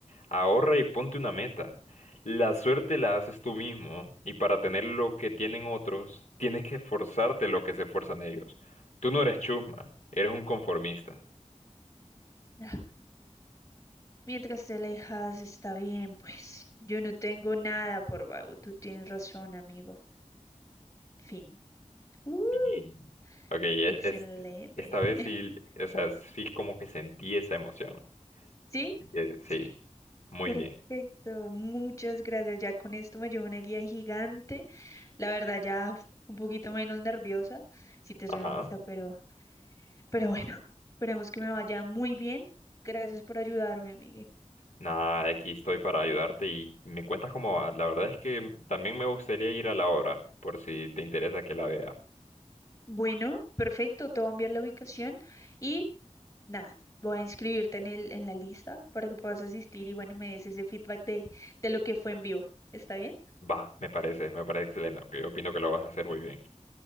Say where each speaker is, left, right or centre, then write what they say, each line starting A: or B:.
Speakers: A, on the left (about 75°); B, on the left (about 30°).
A: Ahorra y ponte una meta. La suerte la haces tú mismo y para tener lo que tienen otros, tienes que esforzarte lo que se esfuerzan ellos. Tú no eres chusma, eres un conformista.
B: Ah, Mientras te alejas, está bien, pues. Yo no tengo nada por vago, tú tienes razón, amigo. Fin. Uh,
A: Y- Ok, e-
B: excelente.
A: es- esta vez
B: <laughs>
A: sí, o sea, sí como que sentí esa emoción.
B: ¿Sí?
A: Así que sí,
B: Sí.
A: muy
B: Perfecto,
A: bien.
B: muchas gracias. Ya con esto me llevo una guía gigante. La verdad, ya uf, un poquito menos nerviosa, si te
A: Ajá.
B: soy honesta, pero, pero bueno, <laughs> esperemos que me vaya muy bien. Gracias por ayudarme, Miguel.
A: Nada, aquí estoy para ayudarte y me cuentas cómo va. La verdad es que también me gustaría ir a la obra, por si te interesa que la vea.
B: Bueno, perfecto, te voy a enviar la ubicación y nada, voy a inscribirte en el, en la lista para que puedas asistir y bueno, me des ese feedback de, de lo que fue en vivo. ¿Está bien?
A: Va, me parece, me parece excelente, aunque yo opino que lo vas a hacer muy bien.